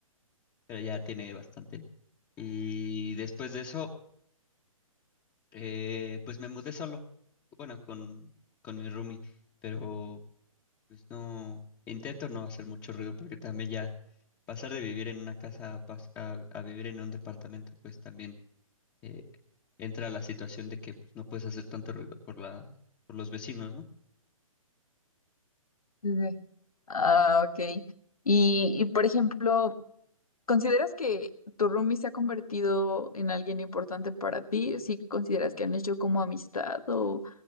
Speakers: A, on the left; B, on the left.
A: Pero ya tiene bastante. Y después de eso, eh, pues me mudé solo. Bueno, con, con mi roomie, pero pues no, intento no hacer mucho ruido porque también ya pasar de vivir en una casa a, pas- a a vivir en un departamento, pues también eh, entra la situación de que pues, no puedes hacer tanto ruido por la, por los vecinos, ¿no?
B: Ujú. Ah, ok. Y, y, por ejemplo, ¿consideras que tu roomie se ha convertido en alguien importante para ti? ¿Sí consideras que han hecho como amistad o,